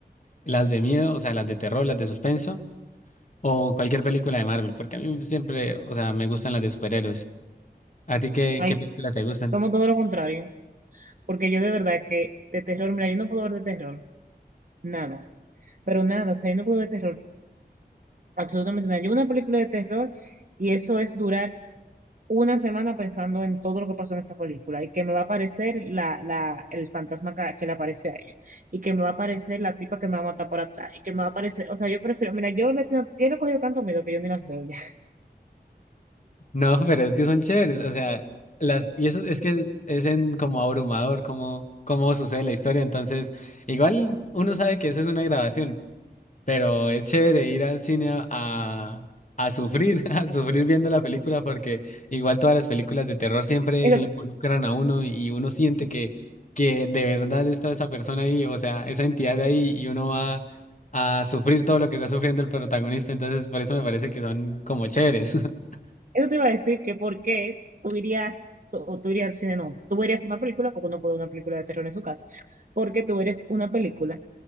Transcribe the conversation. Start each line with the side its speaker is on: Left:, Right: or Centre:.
Left: las de miedo, o sea, las de terror, las de suspenso, o cualquier película de Marvel, porque a mí siempre, o sea, me gustan las de superhéroes. ¿A ti qué,
Right: ay,
Left: qué películas te gustan?
Right: somos todo lo contrario, porque yo de verdad que de terror, mira, yo no puedo ver de terror, nada, pero nada, o sea, yo no puedo ver terror. Absolutamente nada. Yo una película de terror y eso es durar una semana pensando en todo lo que pasó en esa película y que me va a aparecer la, la, el fantasma ca- que le aparece a ellos y que me va a aparecer la tipa que me va a matar por atrás y que me va a aparecer, o sea, yo prefiero, mira, yo le, tengo- yo le he cogido tanto miedo que yo ni las veo ya.
Left: No, pero es que son chéveres, o sea, las, y eso es que es en como abrumador cómo, cómo sucede la historia, entonces, igual uno sabe que eso es una grabación, pero es chévere ir al cine a, a, a sufrir, <laughs> a sufrir viendo la película, porque igual todas las películas de terror siempre
Right: <laughs>
Left: lo involucran a uno y uno siente que, que de verdad está esa persona ahí, o sea, esa entidad ahí, y uno va a sufrir todo lo que está sufriendo el protagonista, entonces por eso me parece que son como chéveres. <laughs>
Right: Eso te iba a decir que por qué tú irías, tú- o tú irías al cine, no, tú verías una película, porque uno puede ver una película de terror en su casa, porque tú verías una película